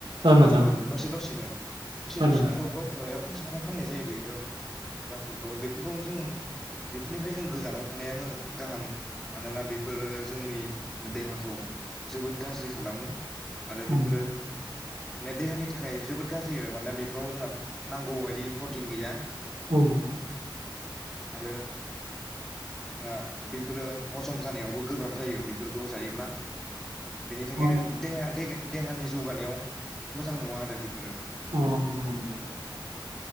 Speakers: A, on the right; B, in the centre.
A: औ नोंथां
B: एवो दसे दसेनो दसे
A: औ
B: दसेनो
A: नोंथां
B: एवब्रब ओ एव एवखां सावखां फाननाय जायो बेखौ जां फुडखौ बेफोरखौ जों बेफोरनिफ्राय जों गोजानाव थानाया मोजां गाहाम मानोना बेफोरो जोंनि देहाखौ जोबोद गाज्रि खालामो। आरो
A: उम
B: बेफोरो नो देहानि थाखाय जोबोद गाज्रि आरो मानोना बेफोराव जोंहा नांगौ बायदि प्रटिन गैया।
A: औ नोंथां।
B: आरो जोंहा बेफोरो हजम जानायावबो गोब्राब जायो बेफोरखौ जायोब्ला बेनि थाखायनो
A: अ नोंथां
B: देहा दे देहानि जौगानायाव मोजां नङा आरो बेफोरो।
A: <unintelligible>